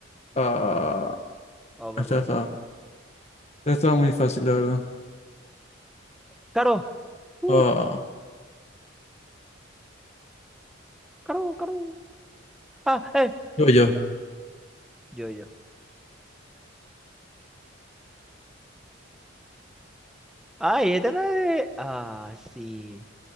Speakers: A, on the left; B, in the centre.
A: ah,
B: Overlord.
A: esta estaba, esta estaba muy fácil, la verdad.
B: ¡Caro! ¡Uf!
A: Ah,
B: ¡Caro, caro! ¡Ah, eh!
A: yo, yo.
B: Ya está. Yo, yo. ¡Ay, este no es de... Ah, sí.